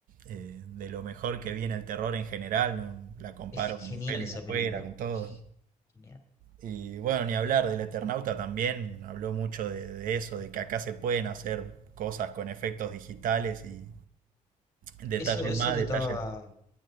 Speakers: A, on the right; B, on the left.
A: eh, de lo mejor que viene el terror en general, no la comparo
B: Es genial
A: con pelis
B: esa
A: de afuera,
B: película.
A: con todo.
B: Es genial.
A: Y bueno, ni hablar del Eternauta también, habló mucho de, de eso, de que acá se pueden hacer cosas con efectos digitales y detalles
B: Eso, eso
A: más,
B: te
A: detalles.
B: estaba...